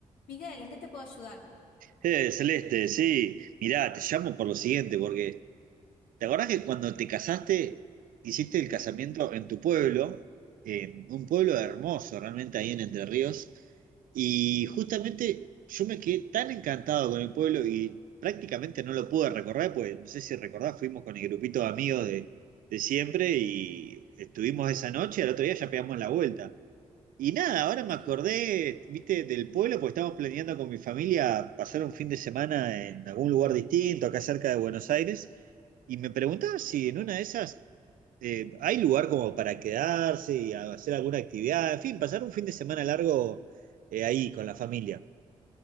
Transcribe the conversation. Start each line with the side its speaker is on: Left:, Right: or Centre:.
Left: Miguel, ¿en qué te puedo ayudar?
Right: Eh, Celeste, sí, mirá, te llamo por lo siguiente, porque ¿te acordás que cuando te casaste, hiciste el casamiento
Left: Ujú,
Right: en tu pueblo, en un pueblo hermoso realmente ahí en Entre Ríos, y justamente yo me quedé tan encantado con el pueblo y prácticamente no lo pude recorrer, pues no sé si recordás, fuimos con el grupito de amigos de, de siempre y estuvimos esa noche, al otro día ya pegamos la vuelta. Y nada, ahora me
Left: Sí,
Right: acordé, viste, del pueblo, porque estamos planeando con mi familia pasar un fin de semana en algún lugar distinto, acá cerca de Buenos Aires, y me preguntaba si en una de esas eh, hay lugar como para quedarse y a- hacer alguna actividad, en fin, pasar un fin de semana largo eh, ahí con la familia.